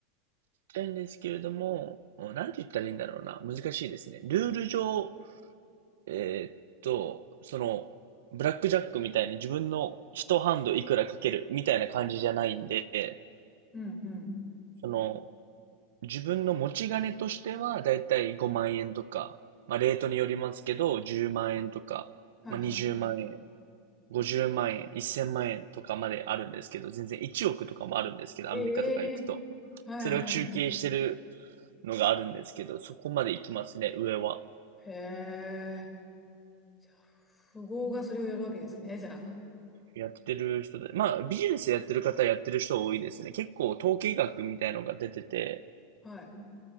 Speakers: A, on the right; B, on the left.
A: なんですけれども、なんて言ったらいいんだろうな。難しいですね。ルール上、えーっと、その、ブラックジャックみたいに自分の一ハンドいくらかけるみたいな感じじゃないんで、
B: うんうん。
A: その、自分の持ち金としてはだいたい5万円とか、まあレートによりますけど、10万円とか、
B: はいはい。
A: まあ20万円、50万円、1000万円とかまであるんですけど、全然1億とかもあるんですけど、
B: ええはいは
A: アメリカとか行くと。それを中継してるのがあるんですけど、そこまで行きますね、上は。
B: い。へえ。じゃあ、富豪がそれをやるわけですね。じゃ
A: やってる人で、まあ、ビジネスやってる方やってる人多いですね。結構統計学みたいのが出てて、
B: あ。はい。